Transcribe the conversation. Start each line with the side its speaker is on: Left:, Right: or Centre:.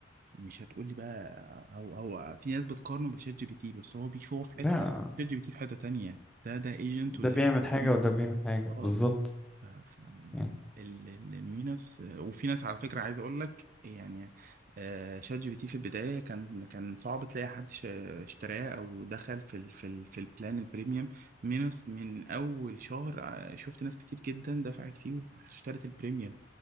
Right: مش هتقول لي بقى او او في ناس بتقارنه بشات جي بي تي بس هو بي- هو في
Centre: لا
Right: حته
Centre: <laughs>
Right: شات جي بي تي في حته تانية ده ده ايجنت
Centre: ده
Right: وده
Centre: بيعمل حاجة
Right: agent.
Centre: وده بيعمل حاجة
Right: اه
Centre: بالظبط
Right: ف ف
Centre: يعني
Right: ال- ال- المينس وفي ناس على فكره عايز اقول لك يعني آه، شات جي بي تي في البدايه كان كان صعب تلاقي حد ش- اشتراه او دخل في ال في ال في البلان البريميوم مينس من اول شهر آه، شفت ناس كتير جدا دفعت فيه واشترت البريميوم